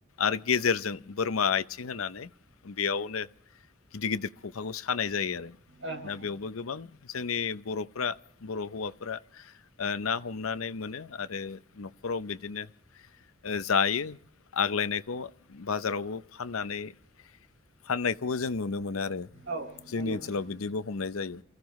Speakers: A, on the left; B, on the right.
A: आरो गेजेरजों बोरमा आथिं होनानै बेयावनो गिदिर गिदिर खखाखौ सानाय जायो आरो
B: औ औ
A: दा बेयावबो गोबां जोंनि बर'फ्रा बर' हौवाफ्रा ओ ना हमनानै मोनो आरो न'खराव बिदिनो जायो आग्लायनायखौ बाजारावबो फाननानै फाननायखौबो जों नुनो मोनो आरो
B: औ
A: जोंनि
B: नंगौ
A: ओनसोलाव
B: नोंथां
A: बिदिबो हमनाय जायो